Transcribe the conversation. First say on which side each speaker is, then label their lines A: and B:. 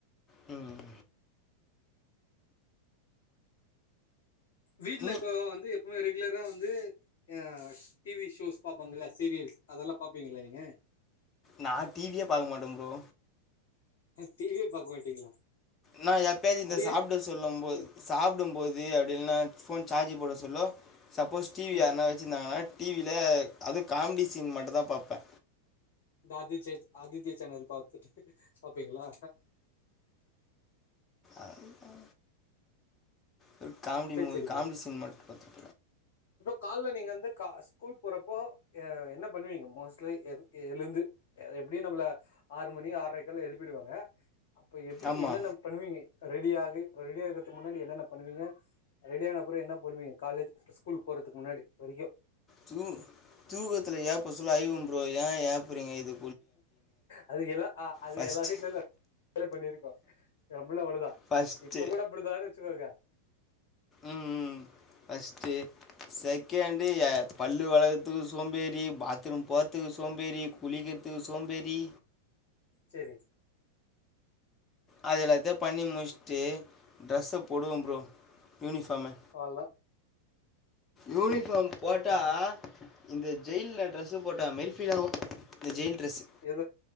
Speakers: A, on the left; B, on the left.
A: ம்
B: வீட்ல
A: நீ
B: இப்போ வந்து எப்பொமே ரெகுலரா வந்து ஆ டி வி ஷோஸ் பாப்பாங்கல்ல சீரியல்ஸ் அதல்லா பாப்பீங்களா நீங்க
A: நா டி வி யே பாக்க மாட்டே ப்ரோ
B: டி வி யே பாக்க மாட்டீங்களா
A: நா எப்பயாச்சி இந்த
B: அது
A: சாப்டு
B: ஏன்?
A: சொல்லம் போது சாப்டும்போது அப்டில்லனா ஃபோன் சார்ஜி போடசுல்லோ சப்போஸ் டி வி
B: அ
A: யாருனா வச் சிந்தாங்கனா டி வி ல அது காமெடி சீன் மட்டுதா பாப்பே
B: இந்த அதிச்சேச் ஆதித்யா சேனல் பாத்துட் பாப்பீங்களா
A: அவ்ளதா கல் காமெடி
B: சரி,
A: மூவி
B: சரி
A: காமெடி சீன் மட்டு பாத்ருவே
B: ப்ரோ கால்ல நீங்க வந்து க ஸ்கூல் போறப்போ அ என்ன பண்ணுவீங்க மோஸ்ட்லி எது எழுந்து எது எப்டியு நம்மள ஆறு மணி ஆற்ரைக்கலா எழுப்பிடுவாங்க அப்பொ எப்டி
A: ஆமா
B: என்னென்ன பண்ணுவீங்க ரெடி ஆகு ரெடி ஆகுறதுக்கு முன்னாடி என்னென்ன பண்ணுவீங்க ரெடி ஆன அப்றோ என்ன பொண்ணுவீங்க காலேஜ் ஸ்கூலுக் போறதுக்கு முன்னாடி வரைக்கு
A: தூ தூக்கத்துல ஏப்ப சொல்ல ஐவம் ப்ரோ ஏ ஏப்புறிங்க இது
B: அது எல்லா அது
A: ஃபஸ்ட்டு
B: எல்லாட்டயு சேந்து பண்ணிருக்கு எம்புள அப்டிதா
A: ஃபஸ்ட்டு
B: இப்ப கூட அப்படிதான் வெச்சுக்கோங்க
A: ம் ஃபஸ்ட்டு செகண்டு பல்லு வெளக்கறத்துக்கு சோம்பேறி பாத்ரூம் போறத்துக்கு சோம்பேறி குளிகறத்துக் சோம்பேறி
B: செரி
A: அது எல்லாத்தையு பண்ணி முச்சுட்டு டிரஸ்ஸ போடுவம்
B: ஓகே
A: ப்ரோ யூனிஃபார்ம
B: அவ்ளதான்
A: யூனிஃபார்ம்
B: சரி
A: போட்டா இந்த ஜெயில்ல ட்ரெஸ்ஸ போட்டா மாரி ஃபீல் ஆகு இந்த ஜெயில் ட்ரெஸ்ஸு
B: எதோ